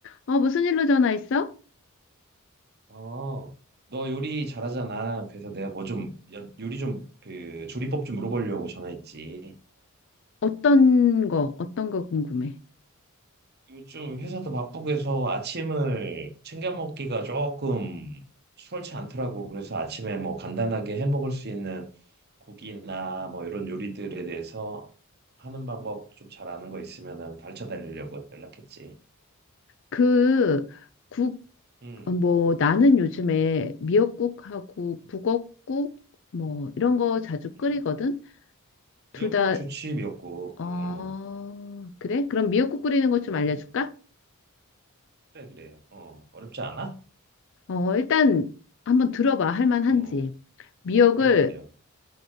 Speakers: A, on the left; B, on the right.
A: 어, 무슨 일로 전화했어?
B: 어, 너 요리 잘하잖아. 그래서 내가 뭐 좀, 여- 요리 좀, 그, 조리법 좀 물어보려고 전화했지.
A: 어떤 거, 어떤 거 궁금해.
B: 요즘 회사도 바쁘고 해서 아침을 챙겨 먹기가 조금 수월치 않더라고. 그래서 아침에 뭐 간단하게 해 먹을 수 있는 국이나 뭐 이런 요리들에 대해서 하는 방법 좀 잘 아는 거 있으면은 가르쳐 달리려고 연락했지.
A: 그, 국,
B: 음
A: 어, 뭐, 나는 요즘에 미역국하고
B: 음
A: 북엇국, 뭐, 이런 거 자주 끓이거든?
B: 음. 미역국
A: 둘 다,
B: 좋지, 미역국.
A: 어,
B: 응, 응.
A: 그래? 그럼 미역국 끓이는 것 좀 알려줄까?
B: 응. 그래, 그래. 어, 어렵지 않아?
A: 어, 일단 한번 들어봐. 할 만한지.
B: 어,
A: 미역을
B: 그려, 그려.